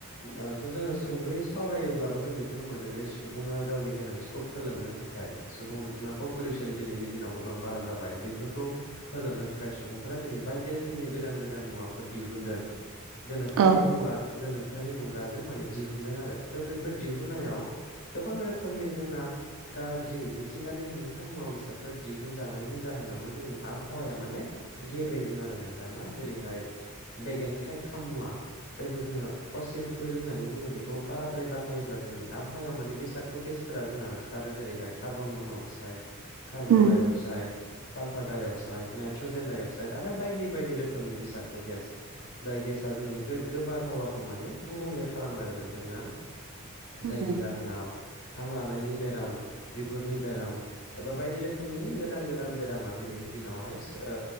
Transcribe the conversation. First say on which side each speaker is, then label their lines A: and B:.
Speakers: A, on the left (about 60°); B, on the right (about 65°).
A: ओ जोङो सुंद'यै सावरायोब्लाबो जों बेखौनो मोनो जे सुबुङा गावनि गोनांथिखौ फोलोमनो थाखाय सुबुं अनजिमा पपुलेसन दिनैनि दिनाव गोबां बारा जाबाय बेफोरखौ फोलोमनो थाखाय सुबुंफोरा दिनै बायदि रोखोमनि गोदान गोदान मुवाफोर दिहुनदों। गोनोखोआरि
B: औ
A: मुवा गोनोखोआरि मु गाजों माने दिहुनदों आरो त' बैफोर दिहुननायाव गोबां रोखोमनि जोंना गाज्रि मिथिंगानि हेंथा मुवा बेसादफोर दिहु हुनजानायनि जाहोनावनो जोंनि आबहावाया माने गेब्रेंदों आरो नोंथां ना? जेरैहाय बेगेंथाइ खाममुवा। जायखौ जोङो फसिल फुइल होननानै बुङो। बेखौ बाराद्राय बाहायोब्ला जोंनि आबहावायाव माने बेसात' गेस फोरा जोंना ओंखारो जेरैहाय carbon monoxide carbon
B: um
A: डाइअ <inaudible> sulphur dioxide, nitrogen dioxide आरो बायदि बायदि रोखोमनि बिसागत' गेस। जाय गेसआ जोंनि गोग्गो बारहावाखौ माने गुबुंले खालामो आरो नोंथांना?
B: उम
A: जायनि जाहोनाव हां लानायनि बेराम, बिगुरनि बेराम एबा बायदि रोखोमनि गो दान गोदान बेरामा दिनैनि दिनावहाय ओ